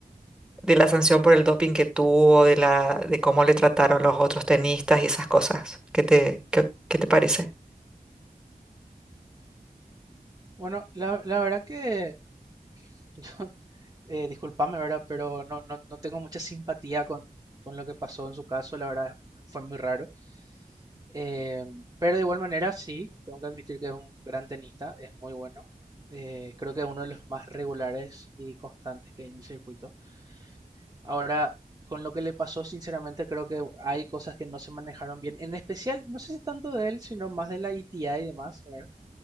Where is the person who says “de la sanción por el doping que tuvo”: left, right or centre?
Centre